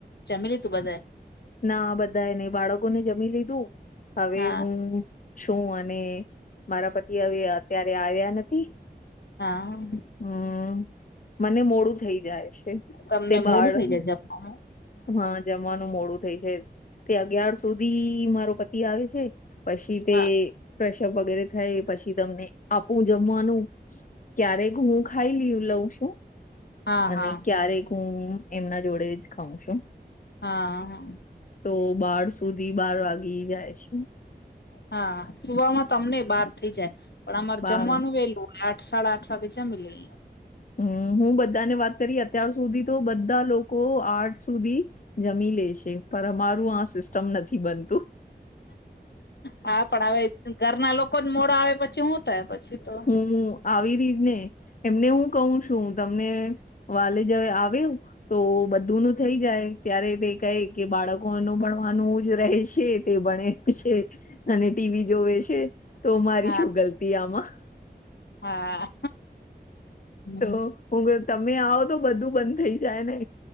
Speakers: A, on the left (about 75°); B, on the left (about 50°).
A: જમી લીધું બધાએ?
B: ના. બધા એ નહીં, બાળકો ને જમી લીધું. હવે
A: હા
B: હું સુ અને મારા પતિ હવે અત્યારે આવ્યા નથી.
A: હા.
B: હમ્મ. મને મોડું થઈ જાય છે.
A: તમને
B: તે બાળક,
A: મોડું થઈ જાય જમવામાં
B: હા જ મવાનું મોડું થઈ જાય છે. તે અગિયાર સુધી મારો પતિ આવે છે. પછી તે
A: હા
B: ફ્રેશઅપ વગેરે થાય પછી તમને આપું હું જમવાનું. ક્યારેક હું ખાઈ લ્યું લઉં છું.
A: હા
B: અને
A: હા
B: ક્યારેક હું એમના જોડે જ ખાઉં છું.
A: હા, હા.
B: તો બાર સુધી બાર વાગી જાય છે.
A: હા. સુવામાં તો અમનેય બાર થઇ જાય. પણ અમારે
B: બાર
A: જમવાનું વહેલું. આઠ, સાડા આઠ વાગે જમી લઈએ.
B: હમ્મ. હું બધાને વાત કરી અત્યાર સુધી તો બધા લોકો આઠ સુધી જમી લે છે. પણ અમારું આ સિસ્ટમ નથી બનતું.
A: હા. પણ હવે જ ઘરના લોકો જ મોડા આવે પછી હું થાય પછી તો.
B: હું આવી <unintelligible> એમને હું કહું છું તમને વાલે જ આવે તો બધુંનું થઈ જાય. ત્યારે તે કહે, કે બાળકોનું ભણવાનું જ રહે છે તે ભણે છે, અને ટી વી જોવે છે. તો મારી
A: હા
B: શું ગલતી આમાં?
A: હા હમ,
B: તો હું કવ તમે આવો તો બધું બંધ થઈ જાય ને.